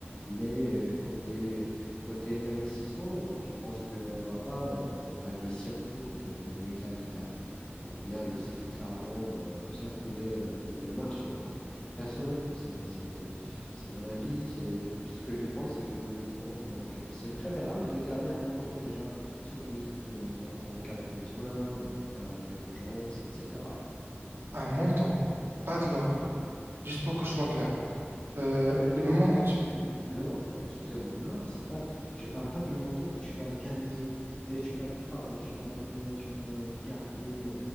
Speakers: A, on the left; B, on the right.
A: Mais euh, côté, côté investissement, donc je pense qu'on ne doit pas euh, donc investir tout euh, le capital, donc, ou bien laisser tout l'argent euh, circuler euh, dans le marché. Donc, personnellement, c'est, c'est, c'est mon avis. C'est, ce que je pense, c'est que nous, nous pouvons, euh, donc, euh, c'est préférable de garder un montant déjà sous coude, euh, donc en cas de besoin, en cas d'urgence, etc.
B: Un montant, pas de l'or. Juste pour que je sois clair. Euh,
A: L'or,
B: le moment que tu...
A: l- l'or, excusez-moi, l'or, c'est pas, je parle pas du montant que tu vas gagner, euh, tu vas, pardon, tu vas, euh, tu vas garder